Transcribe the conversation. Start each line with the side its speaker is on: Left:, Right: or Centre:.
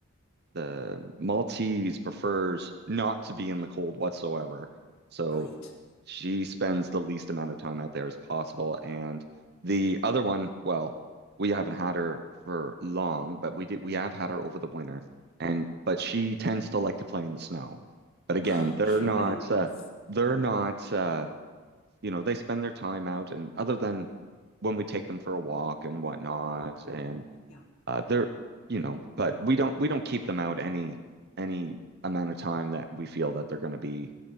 Right: the Maltese prefers not to be in the cold whatsoever. So
Left: right.
Right: she spends the least amount of time out there as possible. And the other one, well, we haven't had her for long, but we did we have had her over the winter. And but she tends to like to play in the snow. But again,
Left: <laughs> Oh,
Right: they're
Left: tremendous.
Right: not uh, they're not uh, you know, they spend their time out and other than when we take them for a walk and whatnot and
Left: Yeah,
Right: uh, they're, you know, but we don't we don't keep them out any any amount of time that we feel that they're going to be,